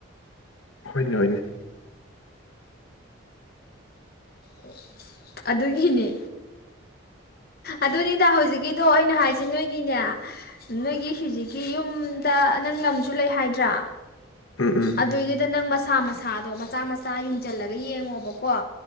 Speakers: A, on the left; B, on the left.
A: ꯍꯅꯤ ꯍ ꯑꯣꯏꯅ
B: ꯑ ꯑꯗꯨꯒꯤꯅꯦ ꯑꯗꯨꯅꯤꯗ ꯍꯧꯖꯤꯛꯀꯤꯗꯣ ꯑꯩꯅ ꯍꯥꯏꯁ ꯅꯣꯏꯒꯤꯅꯦ ꯅꯣꯏꯒꯤ ꯍꯧꯖꯤꯛꯀꯤ ꯌꯨꯝꯗ ꯅꯪ ꯂꯝꯁꯨ ꯂꯩ ꯍꯥꯏꯗ꯭ꯔꯥ
A: ꯎꯝ ꯎꯝ
B: ꯑꯗꯨꯏꯗꯨꯗ ꯅꯪ ꯃꯁꯥ ꯃꯁꯥ ꯊꯥꯗꯣ ꯃꯆꯥ ꯃꯆꯥ ꯌꯨꯝꯁꯤꯜꯂꯒ ꯌꯦꯡꯉꯣꯕꯀꯣ